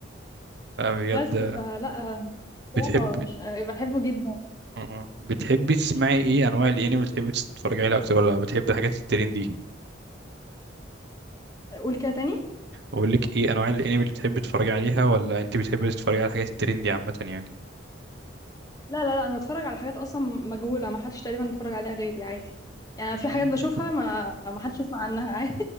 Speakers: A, on the right; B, on the left.
A: فبجد
B: <laughs> بس فلا شخصيات
A: بتحب
B: هو مش بحبه جدا
A: مم. بتحبي تسمعي ايه انواع الانمي اللي بتحبي تتفرجي عليها اكتر ولا بتحبي الحاجات الترندي
B: قول كده تاني
A: اقول لك ايه انواع الانمي اللي بتحبي تتفرجي عليها ولا انت بتحبي تتفرجي على الحاجات الترندي عامه يعني
B: لا لا لا انا بتفرج على حاجات اصلا مجهوله ما حدش تقريبا اتفرج عليها غيري عادي يعني
A: مم.
B: في حاجات بشوفها ما ما حدش يسمع عنها <laughs> عادي